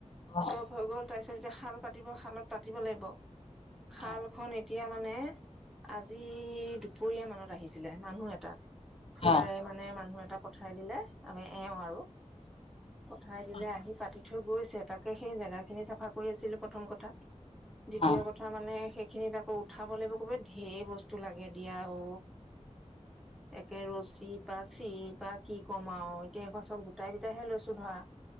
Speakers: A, on the left; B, in the centre.
A: অ',
B: চব হৈ গ'ল তাৰ পিছত যেতিয়া শাল পাতিব শালত পাতিব লাগিব শাল
A: অ',
B: খ এতিয়া মানে আজি দু দুপৰীয়া মানত আহিছিলে মানুহ এটা ফুৰাই
A: অ',
B: মানে মানুহ এটা পঠাই দিলে আমি এওঁ আৰু পঠাই
A: অ'।
B: দিলে আহি পাতি থৈ গৈ তাকে সেই জেগা খিনি চাফা কৰি আছিলো প্ৰথম কথা দ্বিতীয়
A: অ',
B: কথা মানে সেইখিনিত আকৌ উঠাব লাগ ক'ব ঢেৰ বস্তু লাগে দিয়া অ একে ৰছী বা চি বা কি কমা আৰু এতিয়া সব চব গোটাই গোটাই হে লৈছো ধৰা